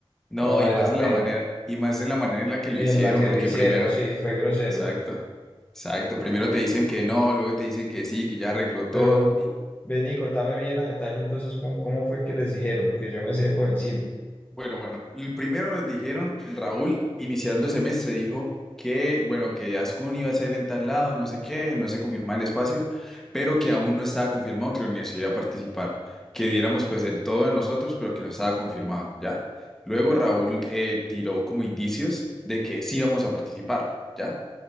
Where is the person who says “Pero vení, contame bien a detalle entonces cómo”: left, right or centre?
Left